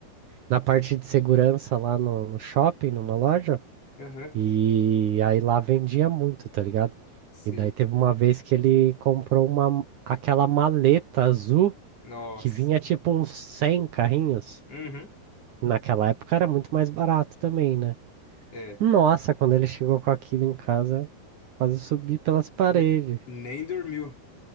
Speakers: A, on the right (about 65°); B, on the left (about 40°).
A: na parte de segurança lá no, no shopping, numa loja,
B: Aham,
A: e aí lá vendia muito, tá ligado?
B: sei.
A: E daí teve uma vez que ele comprou uma, aquela maleta azul
B: Nossa.
A: que vinha tipo uns 100 carrinhos.
B: Uhum.
A: Naquela época era muito mais barato também, né?
B: É.
A: Nossa, quando ele chegou com aquilo em casa, quase subi pelas paredes.
B: Ne- Nem dormiu.